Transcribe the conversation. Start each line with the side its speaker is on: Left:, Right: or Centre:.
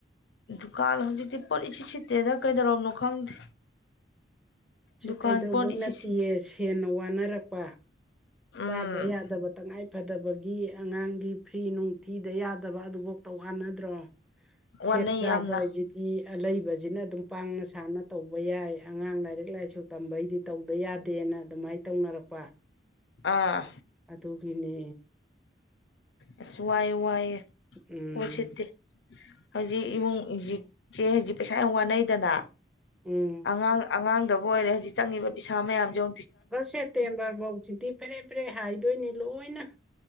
Left: ꯗꯨꯀꯥꯜ ꯍꯧꯖꯤꯛꯇꯤ ꯄꯣꯠ ꯏꯁꯤ ꯁꯤꯠꯇꯦꯗ ꯀꯩꯗꯧꯔꯕꯅꯣ ꯈꯪꯗꯦ
Centre: ꯁꯤ
Left: ꯗꯨꯀꯥꯟ
Centre: ꯀꯩꯗꯧꯕꯩ
Left: ꯄꯣꯠ ꯏꯁꯤꯠ
Centre: ꯅꯠꯇꯦꯌꯦ
Left: ꯁꯤꯠ
Centre: ꯁꯦꯅ ꯋꯥꯅꯔꯛꯄ
Left: ꯎꯝ
Centre: ꯆꯥꯗ ꯌꯥꯗꯕ ꯇꯉꯥꯏ ꯐꯗꯕꯒꯤ ꯑꯉꯥꯡꯒꯤ ꯐ꯭ꯔꯤ ꯅꯨꯡꯊꯤꯗ ꯌꯥꯗꯕ ꯑꯗꯨꯐꯥꯎ ꯇꯧꯍꯥꯟꯅꯗ꯭ꯔꯣ ꯁꯦꯠ
Left: ꯋꯥꯅꯩ
Centre: ꯆꯥꯕꯁꯤꯗꯤ
Left: ꯌꯥꯝꯅ
Centre: ꯑꯂꯩꯕ ꯁꯤꯅ ꯑꯗꯨꯝ ꯄꯥꯡꯅ ꯁꯥꯟꯅ ꯇꯧꯕ ꯌꯥꯏ ꯑꯉꯥꯡ ꯂꯥꯏꯔꯤꯛ ꯂꯥꯏꯁꯨ ꯇꯝꯕꯩꯗꯤ ꯇꯧꯗ ꯌꯥꯗꯦꯅ ꯑꯗꯨꯃꯥꯏꯅ ꯇꯧꯅꯔꯛꯄ
Left: ꯑꯥ
Centre: ꯑꯗꯨꯒꯤꯅꯦ꯫
Left: ꯑ ꯁ ꯋꯥꯏ ꯋꯥꯏ ꯑꯣꯖꯤꯠꯇ꯫
Centre: ꯎꯝ
Left: ꯍꯧꯖꯤꯛ ꯏꯃꯨꯡ ꯍꯧꯖꯤꯛꯁꯦ ꯍꯧꯖꯤꯛ ꯄꯩꯁꯥ ꯌꯥꯝ ꯋꯥꯅꯩꯗꯅ
Centre: ꯎꯝ
Left: ꯑꯉꯥꯡ ꯑꯉꯥꯡꯗꯕꯨ ꯑꯣꯏꯔꯦ ꯍꯧꯖꯤꯛ ꯆꯪꯉꯤꯕ ꯄꯩꯁꯥ ꯃꯌꯥꯝꯁꯦꯨ
Centre: ꯑꯒꯥꯁꯇ ꯇꯦꯝꯕꯥꯔ ꯍꯎꯁꯤ ꯇꯤ ꯐꯔꯦ ꯐꯔꯦ ꯍꯥꯏꯗꯣꯏꯅꯦ ꯂꯣꯏꯅ